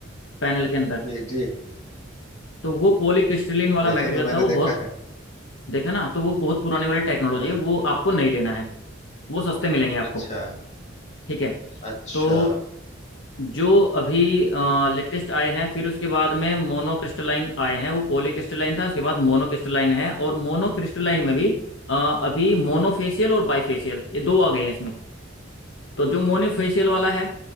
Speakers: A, on the left; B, on the left.
A: पैनल के अंदर
B: जी जी
A: तो वो पॉली क्रिस्टलाइन वाला
B: जैसा
A: मटेरियल
B: तो मैंने
A: था वो
B: देखा
A: बहुत
B: है
A: देखा ना तो वो बहुत पुराने वाली टेक्नोलॉजी
B: हाँ
A: है
B: हाँ।
A: वो आपको नहीं लेना है वो सस्ते मिलेंगे आपको
B: अच्छा
A: ठीक है
B: अच्छा
A: तो जो अभी लेटेस्ट आए हैं फिर उसके बाद में मोनोक्रिस्टलाइन आए हैं वो पॉलीक्रिस्टलाइन था उसके बाद मोनोक्रिस्टलाइन है और मोनोक्रिस्टलाइन में भी अ, अभी मोनोफेशियल और बाइफेशियल ये दो आ गए हैं इसमें तो जो मोनोफेशियल वाला है